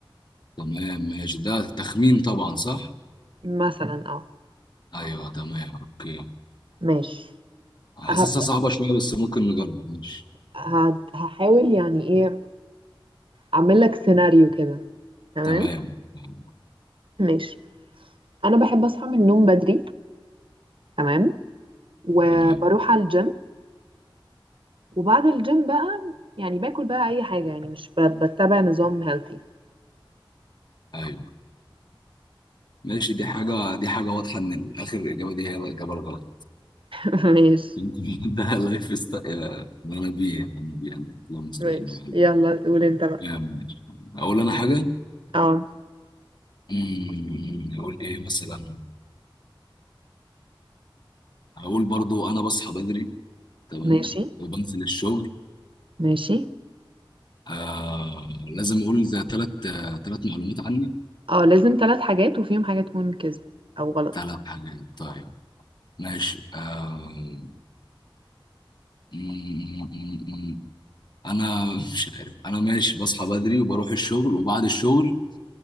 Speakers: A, on the left; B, on the right.
A: تمام ماشي ده تخمين طبعا صح
B: مثلا اه
A: ايوه تمام اوكي
B: ماشي
A: حاسسها
B: هبدأ
A: صعبة شوية بس ممكن نجرب ماشي
B: هد- هحاول يعني ايه أعمل لك سيناريو كده تمام
A: تمام أوكي.
B: ماشي أنا بحب أصحى من النوم بدري تمام وبروح
A: تمام
B: على الجيم وبعد الجيم بقى يعني باكل بقى أي حاجة يعني مش ب- بتبع نظام healthy
A: ايوه ماشي دي حاجة دي حاجة واضحة ان اخر الاجابة دي هي الاجابة الغلط
B: <laughs> ماشي
A: يمكن <laughs> ده لايف ست يا منابي منابي انا اللهم صل
B: ماشي
A: على النبي عليه
B: يلا قول انت بقى
A: تمام، ماشي. اقول انا حاجة
B: اه
A: أمم، اقول ايه مثلا هقول برضو انا بصحى بدري تمام
B: ماشي
A: وبنزل الشغل
B: ماشي
A: آه لازم اقول ثلاث ثلاث معلومات عني
B: اه لازم ثلاث حاجات وفيهم حاجة تكون كذب او غلط
A: ثلاث حاجات طيب ماشي آه م- م- م- م. انا مش عارف انا ماشي بصحى بدري وبروح الشغل وبعد الشغل